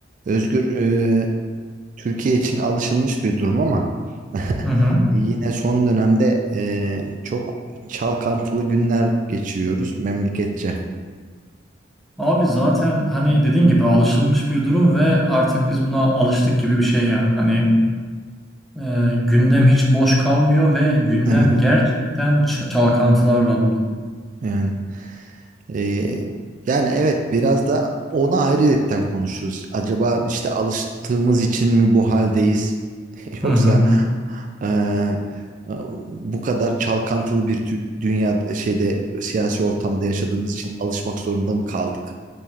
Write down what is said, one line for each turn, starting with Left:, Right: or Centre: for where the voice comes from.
Right: Özgür, e, Türkiye için alışılmış bir durum ama <laughs>
Centre: Hı hı.
Right: yine son dönemde e, çok çalkantılı günler geçiriyoruz memleketçe.
Centre: Abi zaten hani dediğin gibi alışılmış bir durum ve artık biz buna alıştık gibi bir şey ya. Hani e, gündem hiç boş kalmıyor ve gündem
Right: Evet,
Centre: gerçekten ç- çalkantılarla dolu.
Right: yani. Ee, yani evet biraz da onu ayrıyetten konuşuruz. Acaba işte alıştığımız için mi bu haldeyiz? <laughs>
Centre: Hı
Right: Yoksa
Centre: hı.
Right: eee, bu kadar çalkantılı bir tü- dünya şeyde siyasi ortamda yaşadığımız için alışmak zorunda mı kaldık?